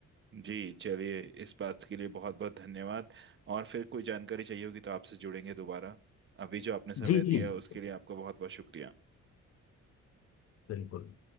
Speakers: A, on the right; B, on the left.
A: जी चलिए इस बात के लिए बहुत बहुत धन्यवाद और फिर कोई जानकारी चाहिए होगी तो आपसे जुड़ेंगे दोबारा अभी जो आपने समय
B: जी
A: दिया
B: जी बिल्कुल
A: उसके लिए आपका बहुत बहुत शुक्रिया
B: बिल्कुल।